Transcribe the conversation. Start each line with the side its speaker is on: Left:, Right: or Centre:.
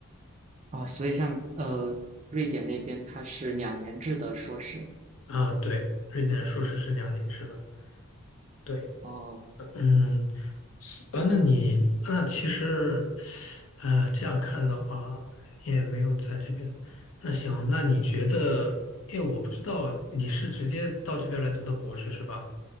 Right: 哦，所以像呃，瑞典那边它是两年制的硕士。
Left: 啊，对，瑞典硕士是两年制的。对，
Right: 哦，
Left: <clears throat> 嗯，啊，呃那你那其实，啊，这样看的话，你也没有在这边。那行，那你觉得，因为我不知道你是直接到这边来读的博士是吧？